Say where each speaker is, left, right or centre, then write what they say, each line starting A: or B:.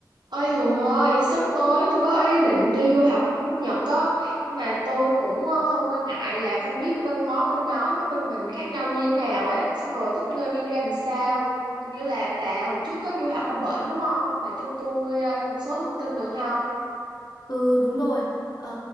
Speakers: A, on the right (about 70°); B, on the left (about 60°).
A: Ôi Hường ơi, sắp tới tôi có ý định đi du học nước Nhật á, nhưng mà tôi cũng ờ, hơi quan ngại là không biết văn hóa bên đó với bên mình khác nhau như thế nào ấy, xong rồi thích nghi ra làm sao. Hình như là bà hồi trước có du học ở bển đúng không? Bà cho tôi ờ, một số thông tin được không?
B: Ừ đúng rồi, ờ,